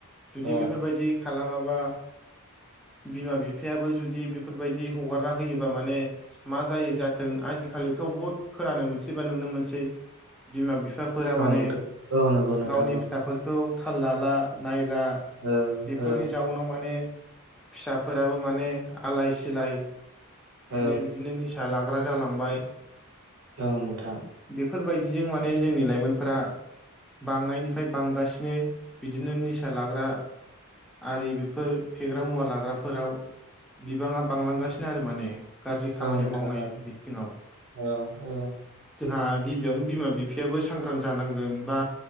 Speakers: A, in the centre; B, on the right (about 65°).
A: जुदि
B: औ
A: बेफोरबायदि खालामाबा बिमा बिफायाबो जुदि बेफोरबायदि हगारना होयोबा माने मा जायो जाथों आजिखालिथ' बहुत खोनानो मोनसै बा नुनो मोनसै बिमा बिफाफोरा
B: नोंथां
A: माने
B: औ नोंथां औ नंगौ नोंथां
A: गावनि
B: औ
A: फिसाफोरखौ थाल लाला नायला
B: औ
A: बेफोरनि
B: औ
A: जाउनाव माने फिसाफोराबो माने आलाय सिलाय
B: औ
A: माने बिदिनो निसा लाग्रा जालांबाय
B: औ नोंथां।
A: बेफोरबायदिजों माने जोंनि लाइमोनफोरा बांनायनिफ्राय बांगासिनो बिदिनो निसा लाग्रा आरि बेफोर फेग्रा मुवा लाग्राफोराव बिबाङा बांलांगासिनो आरो माने गाज्रि खामानि
B: औ नोंथां
A: मावनाय
B: औ
A: बिथिङाव
B: औ औ
A: जोंहा गिबियावनो बिमा बिफायाबो सांग्रां जानांगोन बा